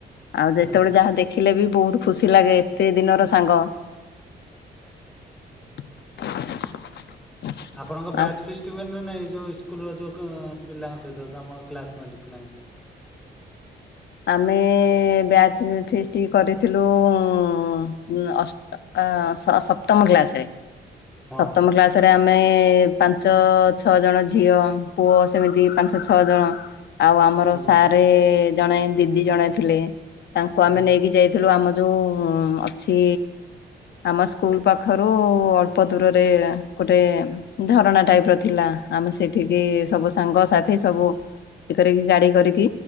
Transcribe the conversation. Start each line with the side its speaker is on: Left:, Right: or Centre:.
Left: ଆଉ
Centre: ହୁଁ
Left: ଯେତେବେଳେ ଯାହା ଦେଖିଲେ ବି ବହୁତ ଖୁସି ଲାଗେ ଏତେ ଦିନର ସାଙ୍ଗ। <inaudible>
Centre: ଆପଣଙ୍କ ବ୍ୟାଚ
Left: ଆଉ
Centre: ଫିଷ୍ଟ ହୁଏ ନା ନାଇଁ? ଯୋଉ ଇସ୍କୁଲର ଯୋଉ ପିଲାଙ୍କ ସହିତ ତମ କ୍ଲାସମେଟ ପିଲାଙ୍କ ସା
Left: ଆମେ ବ୍ୟାଚ୍ ଫିଷ୍ଟି କରିଥିଲୁ ଉଁ ଅଷ୍ଟ ଅ ଅ ସ ସପ୍ତମ କ୍ଲାସରେ
Centre: ହଁ
Left: ସପ୍ତମ କ୍ଲାସରେ ଆ ଆମେ ପାଞ୍ଚ ଛଅ ଜଣ ଝିଅ ପୁଅ ସେମିତି ପାଞ୍ଚ ଛଅ ଜଣ। ଆଉ ଆମର
Centre: ହୁଁ
Left: ସାରେ ଜଣେ ଦିଦି ଜଣେ ଥିଲେ ତାଙ୍କୁ
Centre: ହୁଁ
Left: ଆମେ
Centre: ହଁ।
Left: ନେଇକି ଯାଇଥିଲୁ ଆମ ଯୋଉ ଉଁ ଅଛି ଆମ ସ୍କୁଲ ପାଖରୁ ଅଳ୍ପ ଦୂରରେ ଗୋଟେ ଝରଣା ଟାଇପ ର ଥିଲା ଆମେ ସେଠିକି ସବୁ ସାଙ୍ଗସଥି ସବୁ ଏ କରିକି ଗାଡି କରିକି